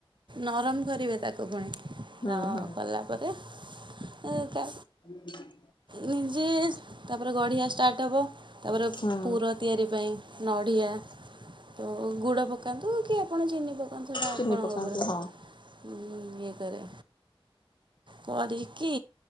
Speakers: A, on the right; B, on the left.
A: ନରମ କରିବେ ତାକୁ ପୁଣି
B: ହୁଁ
A: ତ
B: ହୁଁ।
A: କଲା ପରେ ଏ ତା
B: ଆମେ ଯୋଉଠି
A: ନିଜେ ତାପରେ ଗଢ଼ିଆ ଷ୍ଟାର୍ଟ ହବ। ତାପରେ
B: ହୁଁ
A: ପୁର ତିଆରି ପାଇଁ ନଡ଼ିଆ ତ ଗୁଡ଼ ପକାନ୍ତୁ କି ଆପଣ ଚିନି ପକାନ୍ତୁ ସେଟା
B: ଚିନି
A: ଆପଣଙ୍କ
B: ପକାନ୍ତୁ
A: ଓପରେ।
B: ହଁ
A: ଉଁ ଇଏ କରେ କରି କିି